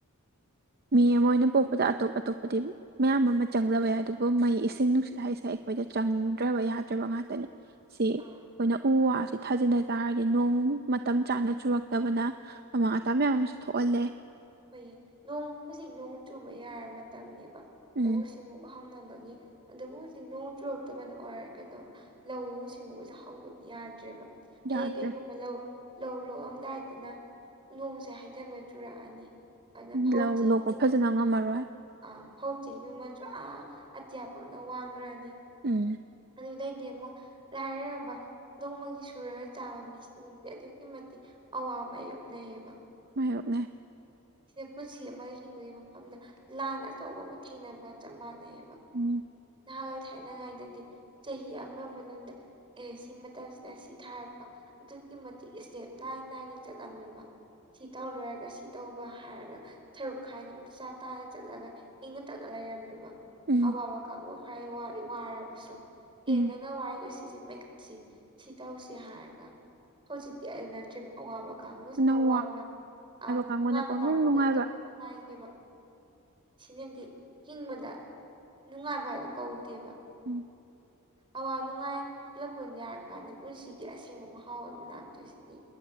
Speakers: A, on the right; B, on the right.
A: ꯃꯤ ꯑꯃ ꯑꯣꯏꯅ ꯄꯣꯛꯄꯗ ꯑꯇꯣꯞ ꯑꯇꯣꯞꯄꯗꯤ ꯃꯌꯥꯝ ꯑꯃ ꯆꯪꯗꯕꯒꯨꯝ ꯃꯩ ꯏꯁꯤꯡ ꯅꯨꯡꯁꯤꯠ ꯍꯥꯏꯁꯦ ꯑꯩꯈꯣꯏꯗ ꯆꯪꯗ꯭ꯔꯕ ꯌꯥꯗ꯭ꯔꯕ ꯉꯥꯛꯇꯅꯤ ꯁꯤ ꯑꯩꯈꯣꯏꯅ
B: ꯑꯥ
A: ꯎ ꯋꯥꯁꯤ ꯊꯥꯖꯤꯟꯗꯇꯥꯥꯔꯗꯤ ꯅꯣꯡ ꯃꯇꯝ ꯆꯥꯅ ꯆꯨꯔꯛꯇꯕꯅ ꯑꯃꯥꯡ ꯑꯇꯥ ꯃꯌꯥꯝ ꯑꯃꯁꯨ ꯊꯣꯛꯍꯜꯂꯦ
B: ꯑꯩꯈꯣꯏꯌꯦ ꯅꯣꯡ ꯍꯧꯖꯤꯛ ꯅꯣꯡ ꯆꯨꯕ ꯌꯥꯔ ꯃꯇꯝꯅꯦꯕ
A: ꯎꯝ
B: ꯁꯤꯃꯣꯛꯕ ꯍꯧꯥꯎꯅꯕꯒꯤ ꯑꯗꯨꯕꯨ ꯍꯧꯖꯤꯛ ꯅꯣꯡ ꯆꯨꯔꯛꯇꯕꯅ ꯑꯣꯏꯔꯦ ꯀꯩꯗꯧꯕ ꯂꯧꯎ ꯁꯤꯡꯎꯕꯁꯦ ꯍꯧꯕꯗꯤ ꯌꯥꯗ꯭ꯔꯦꯕ
A: ꯌꯥꯗ꯭ꯔꯦ
B: ꯍꯌꯦꯡ ꯀꯩꯒꯨꯝꯕ ꯂꯧ ꯂꯧ ꯂꯣꯛꯑꯝꯗꯥꯏꯗꯅ ꯅꯣꯡꯁꯦ ꯍꯥꯏꯩꯊꯃꯩ ꯆꯨꯔꯛꯑꯅꯤ ꯑꯗꯨꯅ
A: ꯂꯧ
B: ꯐꯧ ꯆꯦꯡꯅꯤ
A: ꯂꯣꯛꯄ ꯐꯖꯅ ꯉꯝꯃꯔꯣꯏ
B: ꯑꯪ ꯐꯧ ꯆꯤꯡ ꯃꯃꯜꯁꯨ ꯑꯥ ꯑꯇꯤꯌꯥ ꯄꯛꯅ ꯋꯥꯡꯈ꯭ꯔꯅꯤ
A: ꯎꯝ
B: ꯑꯗꯨꯗꯩꯗꯤ ꯑꯃꯨꯛ ꯂꯥꯏꯔꯔꯕ ꯅꯣꯡꯃꯒꯤ ꯁꯨꯔꯒ ꯆꯥꯕ ꯃꯤꯁꯤꯡꯁꯦ ꯑꯗꯨꯛꯀꯤ ꯃꯇꯤꯛ ꯑꯋꯥꯕ ꯃꯥꯏꯌꯣꯛꯅꯩꯌꯦꯕ
A: ꯃꯥꯌꯣꯛꯅꯩ
B: ꯁꯤꯅꯦ ꯄꯨꯟꯁꯤ ꯑꯃ ꯍꯤꯡꯂꯤꯉꯩ ꯃꯐꯝꯗ ꯂꯥꯟ ꯑꯆꯧꯕ ꯑꯃ ꯊꯦꯡꯅꯕꯒ ꯆꯞ ꯃꯥꯟꯅꯩꯌꯦꯕ
A: ꯎꯝ
B: ꯅꯍꯥꯟꯋꯥꯢ ꯊꯥꯏꯅꯉꯩꯗꯗꯤ ꯆꯍꯤ ꯑꯃ ꯃꯅꯨꯡꯗ ꯑꯦ ꯁꯤ ꯃꯇꯝꯁꯤꯅ ꯁꯤ ꯊꯥꯔꯛꯄ ꯑꯗꯨꯛꯀꯤ ꯃꯇꯤꯛ ꯏꯁꯇꯦꯞ ꯅꯥꯏꯅ ꯅꯥꯏꯅ ꯆꯠꯂꯝꯃꯤꯕ ꯁꯤ ꯇꯧ ꯂꯣꯏꯔꯒ ꯁꯤ ꯇꯧꯕ ꯍꯥꯏꯔꯒ ꯁꯔꯨꯛ ꯈꯥꯏꯅ ꯃꯆꯥ ꯇꯥꯅ ꯆꯠꯂꯒ ꯏꯪꯅ ꯇꯞꯅ ꯂꯩꯔꯝꯃꯦꯕ
A: ꯎꯝ
B: ꯑꯋꯥꯕ ꯀꯥꯡꯕꯨ ꯈꯔ ꯋꯥꯔꯕꯁꯨ
A: ꯎꯝ
B: ꯑꯦ ꯅꯪꯅ ꯋꯥꯏꯗꯣꯏ ꯁꯤꯁꯦ ꯁꯤ ꯁꯤ ꯇꯧꯁꯤ ꯍꯥꯏꯔꯒ ꯍꯧꯖꯤꯛꯇꯤ ꯑꯗꯨ ꯅꯇ꯭ꯔꯦ ꯑꯋꯥꯕ ꯀꯥꯡꯕꯨꯁꯤꯅ
A: ꯅꯪ
B: ꯋꯥꯕ ꯅꯨꯡꯉꯥꯏꯕ
A: ꯀꯥꯡꯕꯨꯅ ꯄꯪꯅꯨꯡ
B: ꯀꯥꯡꯕꯨꯅ
A: ꯅꯨꯡꯉꯥꯏꯕ
B: ꯑꯗꯨꯝ ꯈꯥꯢꯈꯤꯕ ꯑꯁꯤꯅꯗꯤ ꯍꯤꯡꯕꯗ ꯅꯨꯡꯉꯥꯏꯕ ꯍꯥꯏꯗꯣ ꯀꯧꯗꯦꯕ
A: ꯎꯝ
B: ꯑꯋꯥ ꯅꯨꯡꯉꯥꯏ ꯄꯨꯂꯞꯄ ꯑꯣꯏꯅ ꯌꯥꯔꯀꯥꯟꯗ ꯄꯨꯟꯁꯤꯒꯤ ꯑꯁꯦꯡꯕ ꯃꯍꯥꯎ ꯑꯃ ꯂꯥꯛꯇꯣꯏꯁꯤꯗꯤ